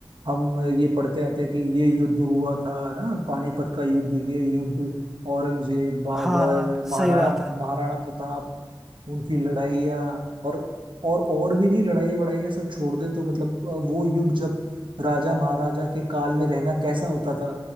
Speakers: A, on the right (about 75°); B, in the centre.
A: हम ये पढ़ते आते हैं कि ये युद्ध हुआ था ना पानीपत का युद्ध ये युद्ध औरंगजेब बाबर
B: हाँ हाँ
A: महाराणा
B: सही बात है
A: महाराणा प्रताप उनकी लड़ाइयाँ और और और भी नहीं लड़ाई वड़ाई सब छोड़ दे तो मतलब अ, वो युग जब राजा महाराजा के काल में रहना कैसा होता था